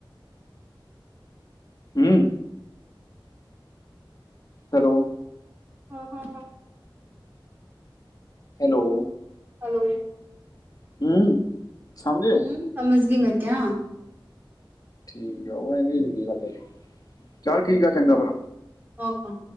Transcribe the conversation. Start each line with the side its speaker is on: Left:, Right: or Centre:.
Left: ਹਮ। ਹੈਲੋ।
Right: ਹਾਂ, ਹਾਂ ਹਾਂ
Left: ਹੈਲੋ।
Right: ਹੈਲੋ।
Left: ਹਮ ਸਮਝੇ
Right: ਹੂੰ ਸਮਝ ਗਈ ਮੈਂ ਕਿਆ
Left: ਠੀਕ ਆ ਉਹ ਐ ਗੱਲ ਚੱਲ ਠੀਕ ਆ ਚੰਗਾ ਫਿਰ
Right: ਓਕੁ